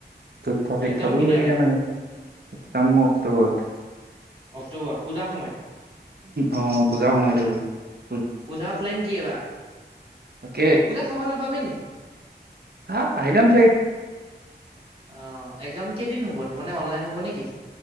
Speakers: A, on the right (about 60°); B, on the right (about 30°).
A: পৰীক্ষা চৰিক্ষা
B: একজাম
A: বাৰো
B: কেতিয়ালে
A: হৈ থাকে বাৰু মাজে মাজে কাৰণ মোৰ <unintelligible>
B: অক্টোবৰত পূজাৰ সময়ত।
A: অ পূজাৰ সময়তে গল।
B: পূজা প্লেন কি এবাৰ?
A: তকে
B: পূজা চাবলৈ নাপাবি নি
A: হা পাই যাম চাগে!
B: অ এক্সাম কেইদিন হ'ব নো মানে অনলাইন হব নেকি?